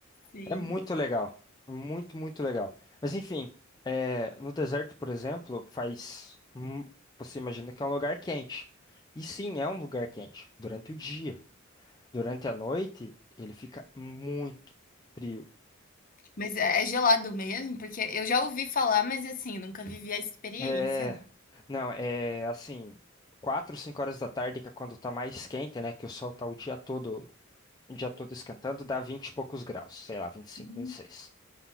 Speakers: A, on the left; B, on the left.
A: Sim.
B: É muito legal. Muito, muito legal. Mas enfim, é, no deserto, por exemplo, faz. mu- Você imagina que é um lugar quente. E sim, é um lugar quente. Durante o dia. Durante a noite, ele fica muito frio.
A: Mas é é gelado mesmo? Porque eu já ouvi falar, mas assim, nunca vivi a experiência.
B: É, não, é assim, quatro, cinco horas da tarde, que é quando tá mais quente, né? Que o sol tá o dia todo, o dia todo esquentando, dá 20 e poucos graus, sei lá, vinte vinte e cinco,
A: Hum,
B: vinte e seis.